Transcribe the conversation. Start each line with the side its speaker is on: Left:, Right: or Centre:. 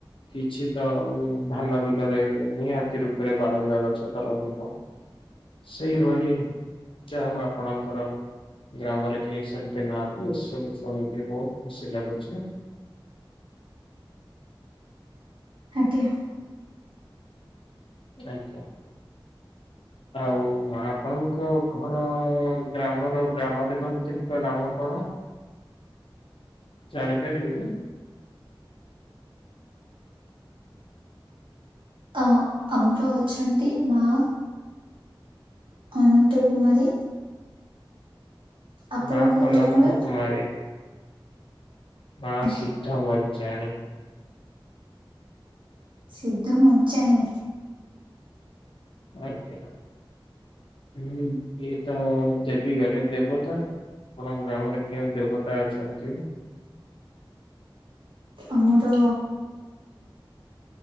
Left: କିଛି ତ ଆଉ ଧାନ ବିଲରେ ନିହାତି ରୂପରେ ବାଳୁଙ୍ଗା ଗଛ ତ ରହିବ। ସେଇଭଳି ଯାହା ହେଉ ଆପଣଙ୍କର ଗ୍ରାମରେ କେହି ସେମ ତି ନାହାଁନ୍ତି, ସେ ଶୁଣିକି ବହୁତ ଖୁସି ଲାଗୁଛି।
Right: ଆଜ୍ଞା।
Left: ଆଜ୍ଞା। ଆଉ ଆପଣଙ୍କ ଘର ଗ୍ରାମର ଗ୍ରାମ ଦେବତୀଙ୍କ ନାମ କଣ? ଜାଣି ପାରିବୁ?
Right: ଅ ଆମର ଅଛନ୍ତି, ମା ଅନନ୍ତ କୁମାରୀ ଆପଣଙ୍କ
Left: ମା ଅନନ୍ତ
Right: ଗ୍ରାମର
Left: କୁମାରୀ ମା
Right: ଆଜ୍ଞା
Left: ସିଦ୍ଧ ବଞ୍ଚାଣି
Right: ସିଦ୍ଧ ମଞ୍ଚାଣି
Left: ଆଜ୍ଞା, ହୁଁ ଏଇ ତ ଦେବି ଗଲେ ଦେବ ତା ଆପଣଙ୍କ ଗ୍ରାମରେ କେଉଁ ଦେବତା ଅଛନ୍ତି?
Right: ଆମର